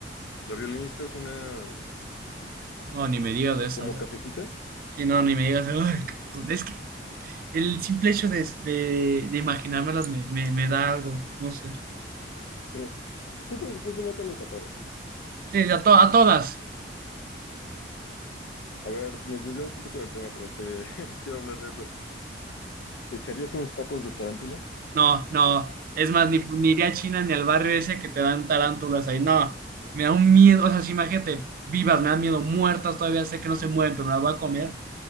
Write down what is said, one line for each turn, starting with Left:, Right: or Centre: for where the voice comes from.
Left: La violinista es una
Right: No, ni me digas de esas.
Left: como cafecita.
Right: Sí, no, ni me digas, "Ay, cabrón". es que El simple hecho de, de, de imaginármelas me, me, me da algo, no sé.
Left: <laughs> Tú por si acaso mátalas las todas.
Right: Sí, a, to- a todas.
Left: A ver, nos desviamos un poco del tema, pero te <laughs> quiero hablar de eso. ¿Te echarías unos tacos de tarántula?
Right: No, no. Es más, ni, ni iría a China ni al barrio ese que te dan tarántulas ahí. No, me da un miedo. O sea, si imagínate, vivas, me dan miedo, muertas, todavía sé que no se mueven, pero me las voy a comer.